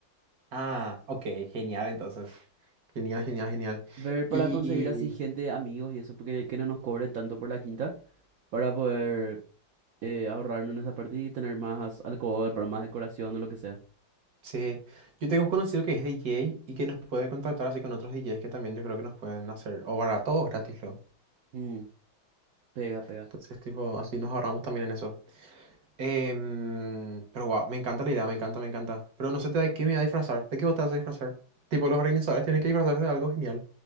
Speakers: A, on the right; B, on the right.
A: Ah, ok, genial entonces. Genial, genial, genial.
B: Ver para
A: Y
B: conseguir así gente, amigos y eso, porque que no nos cobre tanto por la quinta, para poder eh, ahorrarnos en esa parte y tener más alcohol, para más decoración o lo que sea.
A: sí, yo tengo un conocido que es DJ y que nos puede contactar así con otros DJs que también yo creo que nos pueden hacer, o barato o gratis luego.
B: Mm, pega, pega.
A: Entonces, tipo, así nos ahorramos también en eso. Em, pero wow, me encanta la idea, me encanta, me encanta. Pero no sé de qué me voy a disfrazar, de qué vos te vas a disfrazar. Tipo, los organizadores tienen que disfrazarse de algo genial.